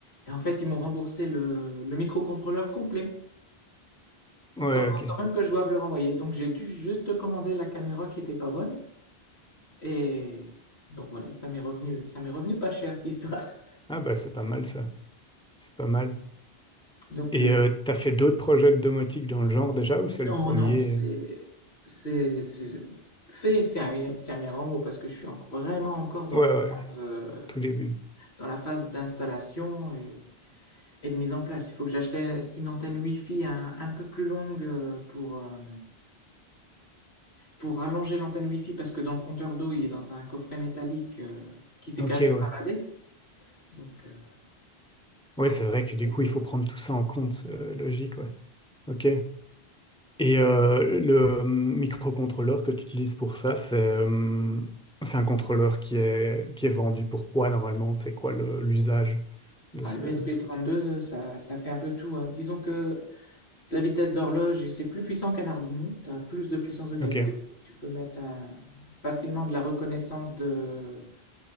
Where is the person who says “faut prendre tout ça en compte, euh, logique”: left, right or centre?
Centre